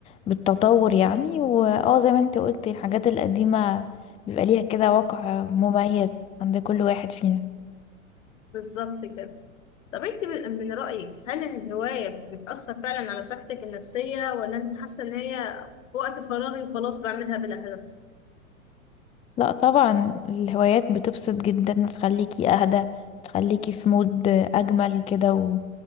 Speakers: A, on the left; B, on the left.
A: بالتطور يعني واه زي ما انت قلتي الحاجات القديمة بيبقى ليها كده وقع مميز عند كل واحد فينا
B: بالظبط كده طب انت ب- من رأيك هل الهواية بتأثر فعلا على صحتك النفسية ولا انت حاسة إن هي في وقت فراغي وخلاص بعملها بلا هدف؟
A: لا طبعا الهوايات بتبسط جدا بتخليكي اهدى بتخليكي في مود اجمل كده و...